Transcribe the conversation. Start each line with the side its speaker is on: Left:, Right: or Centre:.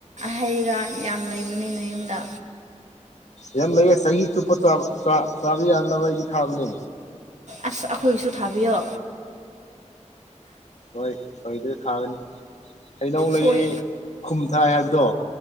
Right: ꯍꯩꯔ ꯌꯥꯝ ꯂꯩꯕꯅꯤꯅ ꯌꯨꯝꯗ
Left: ꯌꯥꯝ ꯂꯩꯌꯦ ꯆꯍꯤ ꯆꯨꯞꯄ ꯆꯥꯕ ꯌꯥꯅꯕ ꯑꯩꯗꯤ ꯊꯥꯕꯅꯦ
Right: ꯑꯁ ꯑꯩꯈꯣꯏꯁꯨ ꯊꯥꯕꯤꯌꯣ
Left: ꯍꯣꯏ ꯁꯣꯏꯗꯩ ꯊꯥꯒꯅꯤ ꯍꯩꯅꯧ ꯂꯩꯌꯦ
Right: ꯁꯣꯏ
Left: ꯈꯨꯝ ꯊꯥꯏ ꯍꯥꯏꯕꯗꯣ